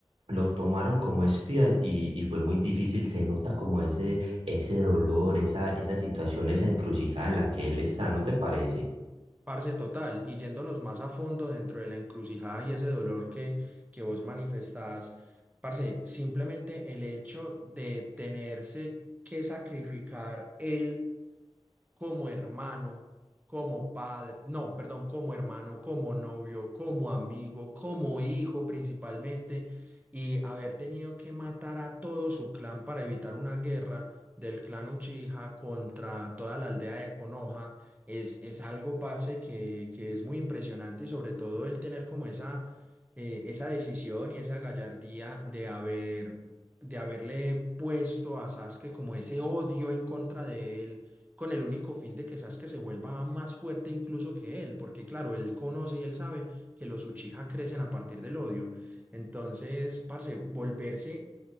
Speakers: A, on the right; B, on the right.
A: lo tomaron como espías y, y fue muy difícil, se nota como ese, ese dolor, esa, esa situación, esa encrucijada en la que él está, ¿no te parece?
B: Parce total, y yéndonos más a fondo dentro de la encrucijada y ese dolor que, que vos manifestás, parce, simplemente el hecho de tenerse que sacrificar él como hermano, como padre, no, perdón, como hermano, como novio, como amigo, como hijo principalmente, y haber tenido que matar a todo su clan para evitar una guerra del clan Uchiha contra toda la aldea de Konoha, es, es algo, parce, que, que es muy impresionante y sobre todo el tener como esa, eh, esa decisión y esa gallardía de haber... de haberle puesto a Sasuke como ese odio en contra de él, con el único fin de que Sasuke se vuelva más fuerte incluso que él, porque claro, él conoce y él sabe que los Uchiha crecen a partir del odio. Entonces, parce, volverse